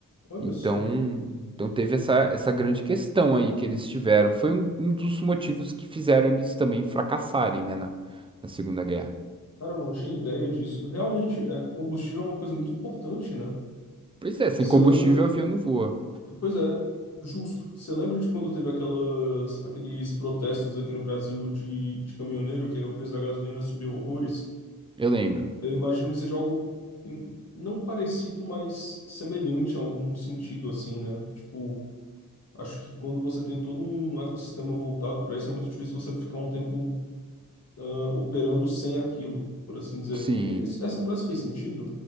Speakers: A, on the left (about 45°); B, on the right (about 15°).
A: Olha
B: Então,
A: só.
B: então teve essa, essa grande questão aí que eles tiveram. Foi um, um dos motivos que fizeram eles também fracassarem, né, na, na Segunda Guerra.
A: Cara, eu não tinha ideia disso. Realmente, é, combustível é uma coisa muito importante, né?
B: Pois é, sem
A: Você
B: combustível
A: lembra.
B: o avião não voa.
A: Pois é, justo. Você lembra de quando teve aquelas, aqueles protestos aqui no Brasil de, de caminhoneiro, que é o preço da gasolina subiu horrores?
B: Eu lembro.
A: Eu imagino que seja algo hum, não parecido, mas semelhante a algum sentido, assim, né? Tipo, acho que quando você tem todo um ecossistema voltado para isso, é muito difícil você ficar um tempo ah, operando sem aquilo, por assim dizer.
B: Sim.
A: Isso- essa frase fez sentido?